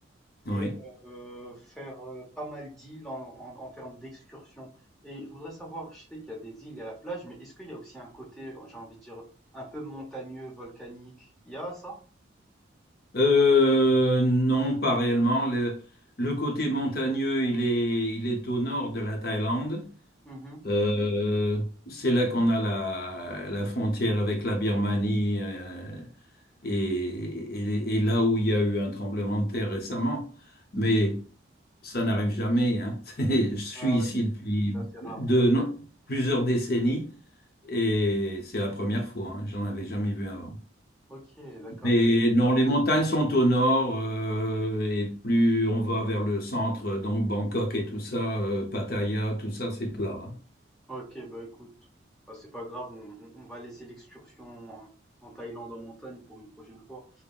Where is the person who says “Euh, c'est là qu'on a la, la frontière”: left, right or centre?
Left